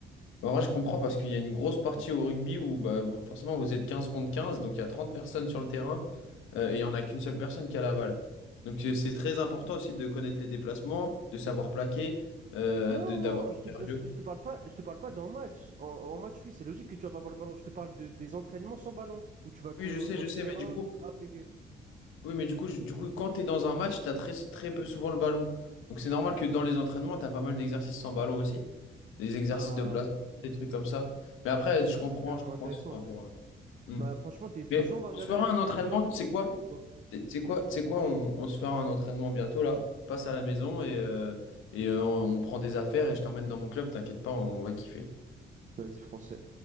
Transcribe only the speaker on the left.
En vrai, je comprends parce qu'il y a une grosse partie au rugby où bah, vous- forcément vous êtes 15 contre 15, donc il y a 30 personnes sur le terrain euh, et il n'y en a qu'une seule personne qui a la balle. Donc c'est c'est très important aussi de connaître les déplacements, de savoir plaquer, euh,
de,
d'avoir
du
cardio.
Oui, je
sais, je
sais,
mais du coup,
Oui, mais du coup, je- du coup, quand tu es dans un match, tu as très, très peu souvent le ballon. Donc c'est normal que dans les entraînements, tu as pas mal d'exercices sans ballon aussi. Des exercices
de place, des trucs comme ça. Mais après, je
comprends,
je comprends
que ce soit un peu loin. Mm.
Mais
on se fera
un entraînement,
tu sais quoi?
Tu sais tu sais quoi? Tu sais quoi? On, on se fera un entraînement bientôt là. Passe à la maison et, euh, et euh, on, on prend des affaires et je t'emmène dans mon club, t'inquiète pas, on va kiffer.